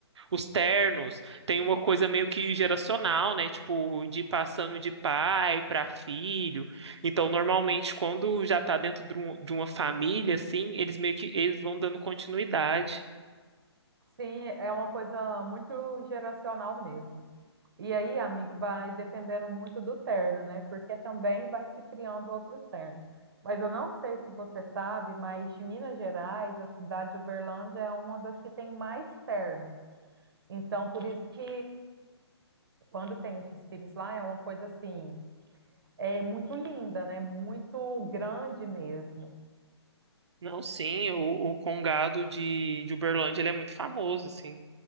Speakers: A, on the right; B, on the right.
A: os ternos, tem uma coisa meio que geracional, né? Tipo, de ir passando de pai para filho. Então, normalmente, quando já tá dentro de um- de uma família, assim, eles meio que eles vão dando continuidade.
B: Sim, é uma coisa muito geracional mesmo. E aí, amigo, vai dependendo muito do terno, né? Porque também vai se criando outros ternos. Mas eu não sei se você sabe, mas de Minas Gerais, a cidade de Uberlândia é uma das que tem mais ternos. Então, por isso que quando tem os desfiles lá, é uma coisa assim, é muito linda, né? Muito grande mesmo.
A: Não, sim, o, o Congado de, de Uberlândia, ele é muito famoso, assim.